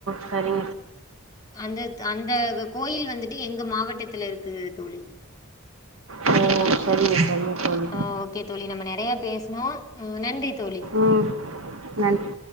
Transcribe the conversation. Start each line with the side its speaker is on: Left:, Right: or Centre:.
Right: சரிங்க
Left: அந்த அந்த கோயில் வந்துட்டு எங்க மாவட்டத்துல இருக்கு தோழி
Right: ஓ செரிங்க செரிங்க தோழி
Left: ஆ ஓகே தோழி நம்ம நெறைய பேசுணோ நன்றி தோழி
Right: ம் நன்றி